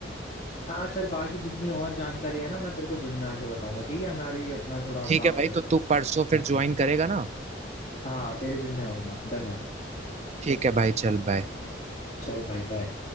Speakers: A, on the left (about 35°); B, on the right (about 35°).
A: हाँ चल बाकी जितनी और जानकारी है ना मैं तेरे को जिम में आके बताऊंगा ठीक है मैं अभी अपना थोड़ा
B: ठीक
A: काम
B: है भाई
A: कर लूँ
B: तो तू परसों फिर ज्वाइन करेगा ना
A: हाँ तेरे जिम में आऊंगा डन है
B: ठीक है भाई चल बाय
A: चल भाई बाय